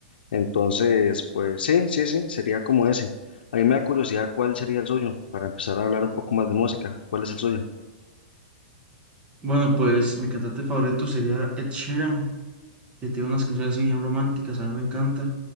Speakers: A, on the left; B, on the right.
A: Entonces, pues sí, sí, sí, sería como ese. A mí me da curiosidad cuál sería el suyo para empezar a hablar un poco más de música. ¿Cuál es el suyo?
B: Bueno, pues mi cantante favorito sería Ed Sheeran, que tiene unas canciones así bien románticas, a mí me encanta.